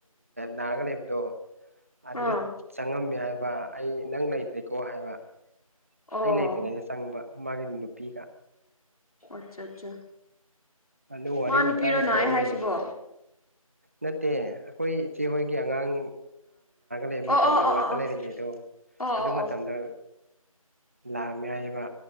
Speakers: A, on the right (about 25°); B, on the left (about 80°).
A: ꯅꯥꯔꯒ ꯂꯩꯕꯗꯣ ꯑꯗꯨꯗ
B: ꯑꯣ
A: ꯆꯪꯉꯝꯃꯦ ꯍꯥꯏꯕ ꯑꯩ ꯅꯪ ꯂꯩꯇ꯭ꯔꯤꯀꯣ ꯍꯥꯏꯕ
B: ꯑꯣ
A: ꯑꯩ ꯂꯩꯇ꯭ꯔꯤꯉꯩꯗ ꯆꯪꯕ ꯃꯥꯒꯤ ꯅꯨꯄꯤꯒ
B: ꯑꯠꯆꯥ ꯑꯠꯆꯥ
A: ꯑꯗꯨ ꯋꯥꯔꯤ
B: ꯃꯥ ꯅꯨꯄꯤꯔꯣ
A: ꯋꯥꯇꯥꯏ
B: ꯅꯥꯏ
A: ꯇꯧꯔ
B: ꯍꯥꯏ ꯍꯥꯏꯁꯤꯕꯣ
A: ꯂꯩꯕꯗꯨꯗ ꯅꯠꯇꯦ ꯑꯩꯈꯣꯏ ꯏꯆꯦꯍꯣꯏꯒꯤ ꯑꯉꯥꯡ ꯂꯩꯕ
B: ꯑꯣ
A: ꯃꯇꯝꯗ
B: ꯑꯣ ꯑꯣ
A: ꯋꯥꯔꯗꯠꯇ
B: ꯑꯣ ꯑꯣ
A: ꯂꯩꯔꯤꯉꯩꯗꯣ
B: ꯑꯣ
A: ꯑꯗꯨ
B: ꯑꯣ ꯑꯣ
A: ꯃꯇꯝꯗ ꯂꯥ ꯃꯌꯥꯏꯕ